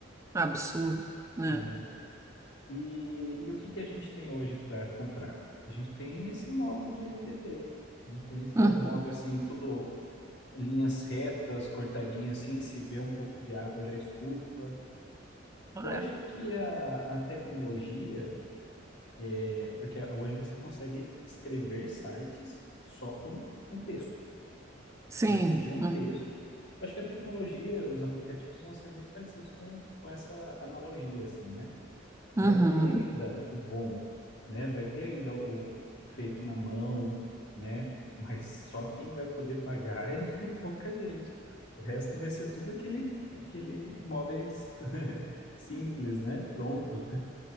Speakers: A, on the right; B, on the left.
A: absurdo, né?
B: né? E, e o que que a gente tem hoje para comprar? A gente tem esse móvel de MDP, a gente tem esse
A: Uhum,
B: móvel assim, tudo linhas retas, cortadinhas assim, se vê um pouco de água já estufa.
A: é.
B: Eu acho que a, a tecnologia, é, porque hoje você consegue escrever sites só com um texto.
A: Sim,
B: Você vai pedir um
A: uhum,
B: texto. Eu acho que a tecnologia, os aplicativos vão ser muito parecidos com, com essa analogia, assim, né?
A: uhum.
B: vai ter ainda o bom, né? Vai ter ainda o, o feito na mão, né? Mas só quem vai poder pagar é <laughs> pouca gente. O resto vai ser tudo aquele, aquele móveis <laughs> simples, né? Pronto.